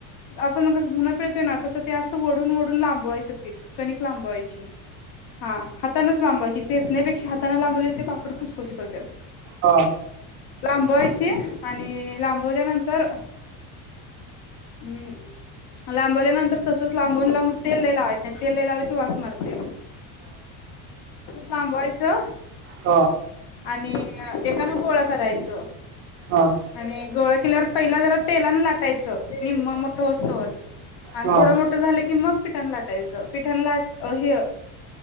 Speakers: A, on the left; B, on the right.
A: आपण मग कसं धुना पिळतोय ना. तसं त्या. ओडून ओढून लांबवायचं. कणिक लांबवायची. हा हातानच लांबवायची. चेचण्यापेक्षा हातां लांबले ते पापड खुसखुशीत होते.
B: हा
A: लांबवायची आणि लाभल्यानंतर तर हम. लांबवल्यानंतर तस. लांबून लांून ते न तेल एला वाश मारते. सांबय. च
B: ह
A: आणि एखकानं गोळा करायच.
B: ह ह
A: आणि गोळा पहिला जरा तेला लाग यच निम्म मोठं असतोवर आणि
B: हा
A: थोडं मोठ झालं की मग पिठ लाटायचं पिठान लाट, हे